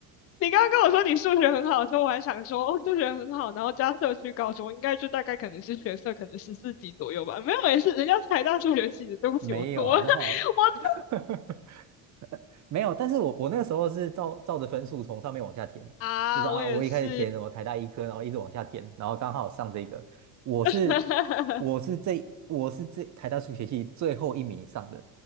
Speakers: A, on the left; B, on the right.
A: 你刚刚跟我说你数学很好的时候，我还想说，哦，数学很好，然后加社区高中，应该就大概可能是学测可能十四级左右吧。没有，没事，人家是台大数学系的，对不起，
B: 没有，
A: 我错了，
B: 好不好？
A: <laughs> 我错
B: <laughs> 没有，但是我我那个时候是照照着分数从上面往下填，
A: 啊，
B: 就是啊，
A: 我也是。
B: 我一开始填什么台大医科，然后一直往下填，然后刚好上这个，我是我是这我是这台大数学系最后一名上的，
A: <laughs>